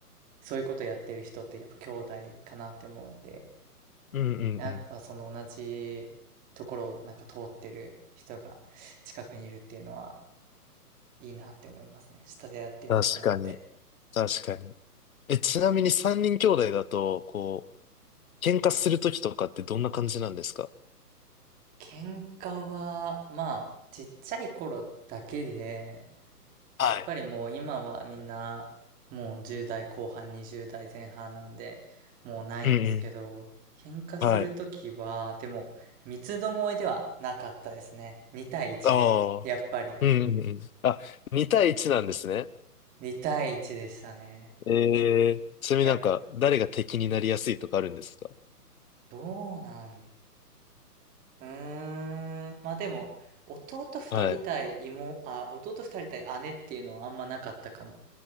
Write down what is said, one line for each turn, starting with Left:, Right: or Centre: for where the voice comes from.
Right: そういうことやってる人ってやっぱ兄弟かなって思うんで、
Left: うんうんうん。
Right: やっぱその同じところをなんか通ってる人が近くにいるっていうのはいいなって思いますね。下でやってよかったなって。
Left: 確かに、確かに。え、ちなみに三人兄弟だと、こう、喧嘩するときとかってどんな感じなんですか
Right: 喧嘩は、まあ、ちっちゃい頃だけで、
Left: はい。
Right: やっぱりもう今はみんな、もう10代後半、20代前半なんで、もうないんですけど、
Left: うんうん。
Right: 喧嘩するときは、
Left: はい。
Right: でも、三つどもえではなかったですね。2対1で、
Left: ああ。
Right: やっぱり、
Left: うんうんうん。あ、2対1なんですね。
Right: 2対1でしたね。
Left: ええちなみになんか、
Right: いや、
Left: 誰が敵になりやすいとかあるんですか
Right: どうなんうーん、まあでも、弟2人対妹、
Left: はい。
Right: あ、弟2人対姉っていうのはあんまなかったかも